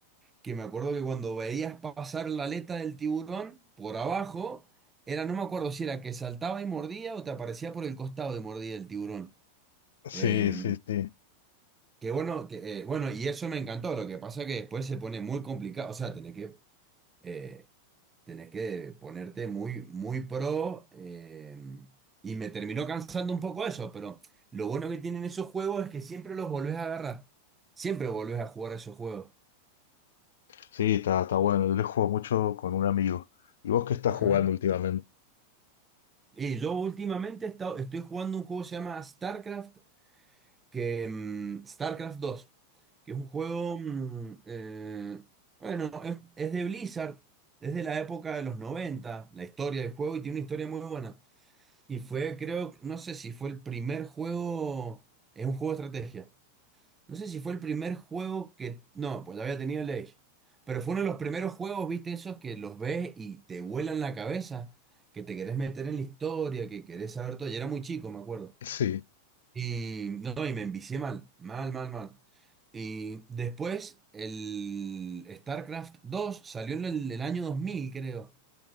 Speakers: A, on the right (about 15°); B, on the left (about 60°).
A: que me acuerdo que cuando veías pasar la aleta del tiburón por abajo, era, no me acuerdo si era que saltaba y mordía o te aparecía por el costado y mordía el tiburón.
B: Sí,
A: Eh,
B: sí, sí.
A: que bueno, que, eh, bueno, y eso me encantó. Lo que pasa es que después se pone muy complicado. O sea, tenés que, eh, tenés que ponerte muy, muy pro. eh, y me terminó cansando un poco eso, pero lo bueno que tienen esos juegos es que siempre los volvés a agarrar. Siempre volvés a jugar esos juegos.
B: Sí, está, está bueno. Yo le juego mucho con un amigo. ¿Y vos qué estás
A: Ajá.
B: jugando últimamente?
A: Y yo últimamente he estado- estoy jugando un juego que se llama StarCraft, que, mm, StarCraft dos que es un juego, mm, eh, bueno, es, es de Blizzard, es de la época de los 90 la historia del juego, y tiene una historia muy buena. Y fue, creo, no sé si fue el primer juego, es un juego de estrategia, no sé si fue el primer juego que... No, pues había tenido el Age. Pero fue uno de los primeros juegos, viste, esos que los ves y te vuelan la cabeza, que te querés meter en la historia, que querés saber todo. Y era muy chico, me acuerdo.
B: Sí.
A: Y no, y me envicié mal, mal, mal, mal. Y después el StarCraft 2 salió en el, el año 2000, creo.